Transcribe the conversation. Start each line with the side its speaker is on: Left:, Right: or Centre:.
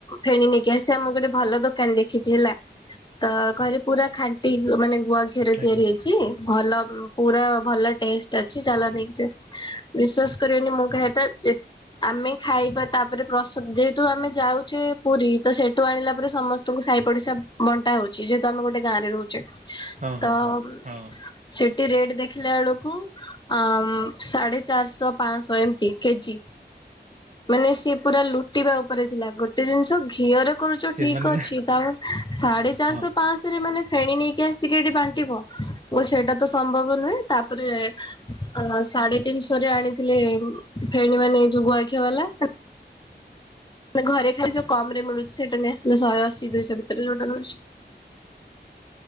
Left: ଫେଣି ନେଇକିି ଆସିବା। ମୁଁ କହିଲି ଭଲ ଦୋକାନ ଦେଖିଚି ହେଲା ତ କହିଲେ ପୁରା ଖା ଣ୍ଟି ମାନେ ଗୁଆ ଘିରରେ
Right: ଆଜ୍ଞା
Left: ତିଆରି ହେ ଇଚି ଭଲ ଉଁ ପୁରା ଭଲ ଟେଷ୍ଟ ଅଛି। ଚାଲ ନେଇକ ଯିବା। ବିଶ୍ଵାସ କରିବେନି ମୁଁ କହିବା କଥା ଯେ ଆମେ ଖାଇବା ତାପରେ ପ୍ରସଦ ଯେହେତୁ ଆମେ ଯାଉଛେ ପୁରି ତ ସେଠୁ ଆଣିଲା ପରେ ସମ ତମକୁ ସାହି ପଡିଶା ବଣ୍ଟା ହୋଉଚି ଯେହେତୁ ଆମେ ଗୋଟେ ଗାଁରେ ରହୁଚେ
Right: ହଁ
Left: ତ
Right: ହଁ ହଁ
Left: ଉଁ।
Right: ହଁ
Left: ସେଠି ରେଟ୍ ଦେଖିଲା ବେଳକୁ ଅଂମୁ ସାଢେ ଚାରିଶହ ପାଞ୍ଚଶହ ଏମତି କେଜି। ମାନେ ସିଏ ପୁରା ଲୁଟିବା ଉପରେ ଥିଲା ଗୋଟେ ଜିନିଷ ଘିଅର କରୁଚ
Right: ସେମାନେ
Left: ଠିକ୍ ଅଛି ତାମାନେ ସାଢେ ଚାରିଶହ
Right: ହଁ
Left: ପାଂଶରେ ଏମାନେ ଫେଣୀ ନେଇକି ଆସିକି ଏଠି ବାଣ୍ଟିବ। ମୁଁ କହିଲି ସେଇଟା ତ ସମ୍ଭବ ନୁହେଁ ତାପରେ ଆ ସାଢେ ତିନିଶହରେ ଆଣିଥିଲି ଫେଣୀ ମାନେ ଯୋଉ ଗୁଆଘିଅ ବାଲା। ମାନେ ଘରେ ଖାଏ ଯୋଉ କମରେ ମିଳୁଚି ସେଇଟା ନେଇ ଆସିଲ ଶ‌ଏ ଅଶୀ ଦୁଇଶହ ଭିତରେ ଯୋଉଟା ମିଳୁଚି।